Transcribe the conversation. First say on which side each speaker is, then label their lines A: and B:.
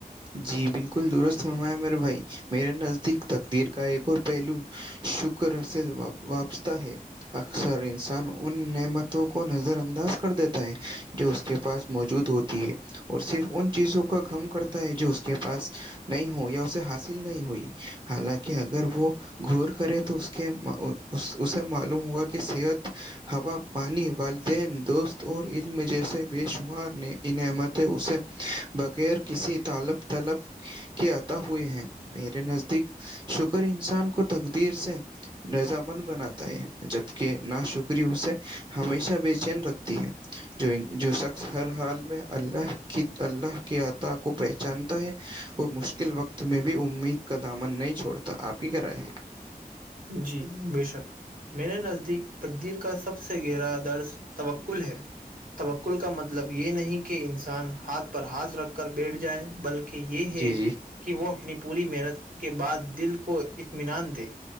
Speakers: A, on the right; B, on the right.
A: جی بالکل درست فرمایا میرے بھائی میرے نزدیک تقدیر کا ایک اور پہلو شکر سے وپستا ہے اکثر انسان ان نعمتوں کو نظر انداز کر دیتا ہے جو اس کے پاس موجود ہوتی ہے اور صرف ان چیزوں کا گھم کرتا ہے جو اس کے پاس نہیں ہو یا اسے حاصل نہیں ہوئی حالانکہ اگر وہ گور کرے تو اس اسے معلوم ہوگا کہ صحت ہوا پانی والدین دوست اور علم جیسے بے شمار نعمتیں اسے بغیر کسی طالب طلب کے عتا ہوئے ہیں میرے نزدیک شکر انسان کو تقدیر سے نضامند بناتا ہے جبکہ کہ نا شکری اسے ہمیشہ بے چین رکھتی ہے جو جو شخص ہر حال میں اللہ کی اللہ کے عطا کو پہچانتا ہے وہ مشکل وقت میں بھی امید کا دامن نہیں چھڑتا آپ کی کرائے ہے
B: جی بے شک میرے نزدیک تقدیر کا سب سے گہرا درس توکل ہے توکل کا مطلب یہ نہیں کہ انسان ہاتھ پر ہاتھ رکھ کر بیٹھ جائے بلکہ کہ یہ
A: جی
B: ہے
A: جی
B: کہ وہ اپنی پوری محنت کے بعد دل کو اطمینان دے